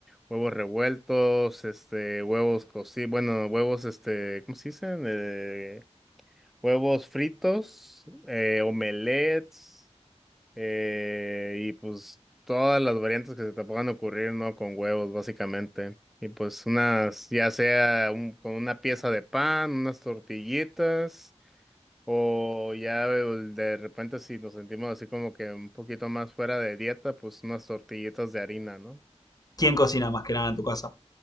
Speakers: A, in the centre; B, on the left.
A: huevos revueltos, este, huevos cocidos, bueno, huevos, este, ¿cómo se dicen? Eh, huevos fritos, eh, omelets. Eh, y pues todas las variantes que se te puedan ocurrir, ¿no? Con huevos, básicamente. Y pues unas, ya sea un- con una pieza de pan, unas tortillitas, o ya eh, de repente si nos sentimos así como que un poquito más fuera de dieta, pues unas tortillitas de harina, ¿no?
B: ¿Quién cocina más que nada en tu casa?